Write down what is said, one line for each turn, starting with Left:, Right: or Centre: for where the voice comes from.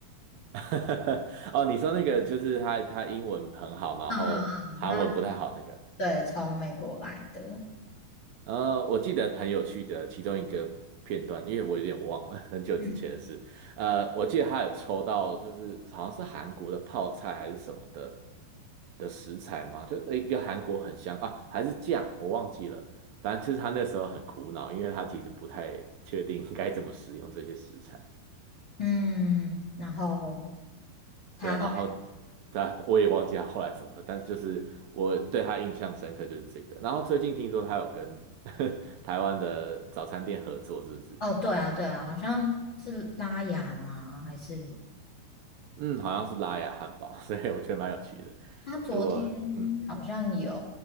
Right: <laughs> 哦，你说那个就是他他英文很好，然后韩文不太好那个。
Left: 嗯嗯嗯，他对，从美国来的。
Right: 呃，我记得很有趣的其中一个片段，因为我有点忘了 <laughs> 很久之前的事。
Left: 嗯，
Right: 呃，我记得他有抽到，就是好像是韩国的泡菜还是什么的的食材嘛，就呃一个韩国很香啊，还是酱，我忘记了。反正就是他那时候很苦恼，因为他其实不太确定该怎么使用这些食材。
Left: 嗯，然后他后。
Right: 对啊然后他我也忘记他后来怎么了，但是就是我对他印象深刻就是这个。然后最近听说他有跟 <laughs> 台湾的早餐店合作，是不是？
Left: 哦，对啊，对啊，好像是拉雅吗？还是
Right: 嗯，好像是拉雅汉堡，<laughs> 所以我觉得蛮有趣的。
Left: 他昨天
Right: 如果嗯，
Left: 好像有，